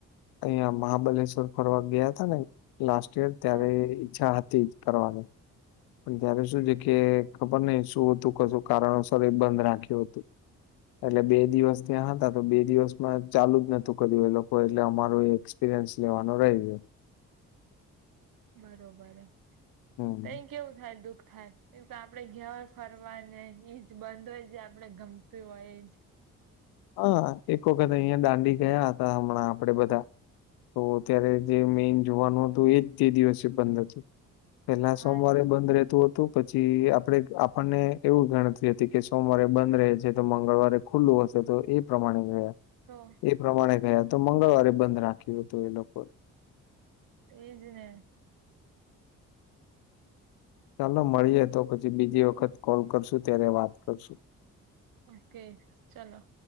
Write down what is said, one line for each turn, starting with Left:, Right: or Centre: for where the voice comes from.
Left: અહં મહાબલેશ્વર ફરવા ગયા તા ને લાસ્ટ યર ત્યારે
Right: હા
Left: ઈચ્છા હતી જ કરવાની પણ ત્યારે શું છે કે ખબર નને શું હતું કશું કારણોસર એ બંધ રાખ્યું હતું એટલે બે દિવસ ત્યાં હતા તો બે દિવસ માં ચાલુ જ નતું કર્યું એ લોકો એટલે અમાર એક્પીરિન્સ લેવાનોરાઈ છે
Right: બરોબર
Left: હમ.
Right: તોઈ કેવું થાય દુઃખ થાય એ તો આપડે ઘ્યા હોય ફરવાને એજ બંધ હોય જે આપડણે ગમત હોય એજ
Left: હા એક વખત અહિયાં દાંડી ગયા હતા હમણાં આપડે બધા તો અત્યારે જે મેન જોવાનું હતું એજ તે દિવસે બંધ હતું પેલા
Right: હા
Left: સોમવારે બંધ રહેતું હતું પછી આપડ આપણને એવું ગણતી હતી કે સોમવારે બંધ રહે છે તો મંગળવારે ખુલ્લું હશે તો એ પ્રમાણે ગયા
Right: તો
Left: એ પ્રમાણે ગયા તો મંગળવારે બંધ રાખ્યું હતું એ લોકો
Right: એજને
Left: ચાલો મળીએે તો પછી બીજી વખત કોલ કરશું ત્યારે વાત કરશું
Right: ઓકે ચલોો